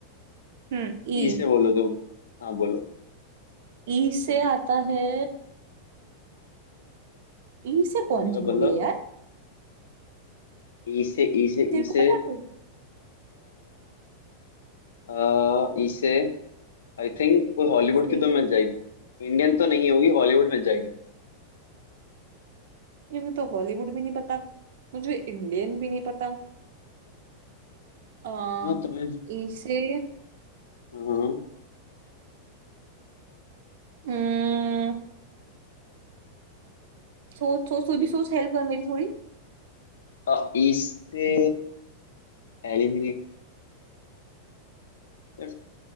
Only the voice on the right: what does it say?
हम्म ई
ई से आता है ई से कौन
सी मूवी
है यार
तेरे
को
पता है कोई
ई से
ये मुझे तो हॉलीवुड भी नहीं पता मुझे इंडियन भी नहीं पता आ,
ई से
हम्म सोच सोच तू
भी सोच हेल्प कर मेरी थोड़ी